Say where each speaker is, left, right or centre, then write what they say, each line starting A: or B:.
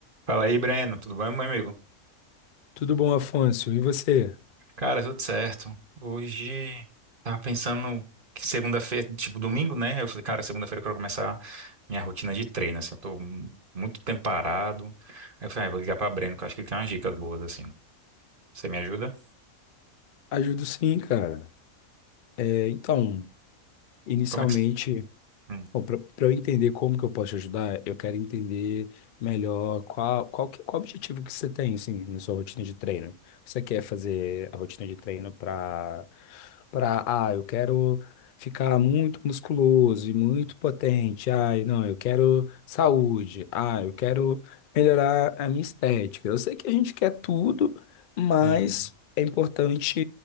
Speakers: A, on the right; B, on the left.
A: Fala aí, Breno. Tudo bem, meu amigo?
B: Tudo bom, Afonso? E você?
A: Cara, tudo certo. Hoje tava pensando que segunda-feira, tipo domingo, né? Eu falei, cara, segunda-feira eu quero começar minha rotina de treino, assim, eu tô mu- muito tempo parado. Aí eu falei, ah, eu vou ligar pra Breno, que eu acho que ele tem umas dicas boas, assim. Você me ajuda?
B: Ajudo sim, cara. É, então, inicialmente.
A: Como é que você... Hum,
B: Bom, para eu entender como que eu posso te ajudar, eu quero entender melhor qual, qual, que, qual objetivo que você tem, assim, na sua rotina de treino. Você quer fazer a rotina de treino para, para, ah, eu quero ficar muito musculoso e muito potente. Ah, não, eu quero saúde. Ah, eu quero melhorar a minha estética. Eu sei que a gente quer tudo, mas
A: uhum,
B: é importante